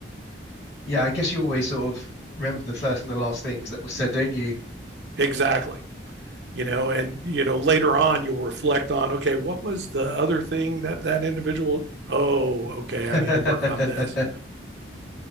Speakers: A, on the left; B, on the right.
A: Yeah, I guess you always sort of remember the first and the last things that were said, don't you?
B: Exactly you know and you know later on you'll reflect on okay what was the other thing that that individual oh okay i
A: <laughs>
B: need to work on this